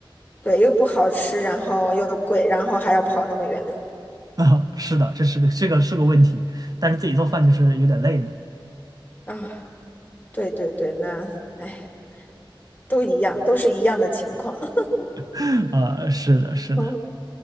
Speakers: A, on the left; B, on the right.
A: 对，又不好吃，然后又贵，然后还要跑那么远
B: <laughs> 啊，是的，这是个这个是个问题，但是自己做饭就是有点累嘛。
A: 啊！对对对，那哎，都一样，都是一样的情况。<laughs>
B: <laughs> 啊，是的，是的，
A: 嗯，